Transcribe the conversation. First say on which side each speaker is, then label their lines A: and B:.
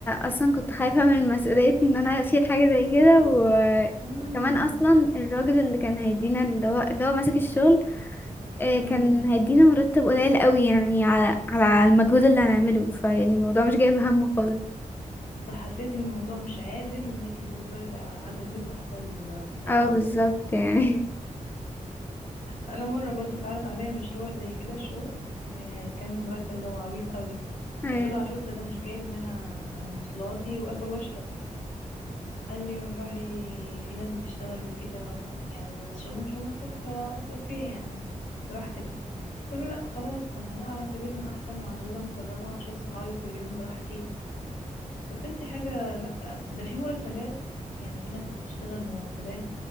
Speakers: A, on the left; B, on the left.
A: اصلا كنت خايفة من مسؤولية ان انا اشيل حاجة زي كده و
B: امم
A: كمان اصلا الراجل اللي كان هيدينا اللي هو اللي هو ماسك الشغل آه،
B: امم
A: كان هيدينا مرتب قليل قوي يعني على على المجهود اللي هنعمله فيعني الموضوع مش جايب همه خالص
B: فحسيتي ان الموضوع مش عادل وان انت تفضلي تع- قاعدة في بيتكم احسن لك بقى من القرف
A: اه بالظبط
B: ده
A: يعني
B: انا مرة برضو اتعرض عليا مشروع زي كده شغل آه كان مرتب اللي هو عبيط قوي
A: <laughs> ايوه
B: قلت له على فكرة ده مش جايب ان انا مواصلاتي واكل واشرب قال لي والله في ناس بتشتغل بكده و- يعني إذا الشغل مش مناسبك ف it's اوكي يعني براحتك قلت له لا خلاص انا لا اقعد في بيتنا احسن معززه مكرمه اشوف صحابي كل يوم براحتي يا ستي حاجه لا ده في مرتبات يعني في ناس بتشتغل مرتبات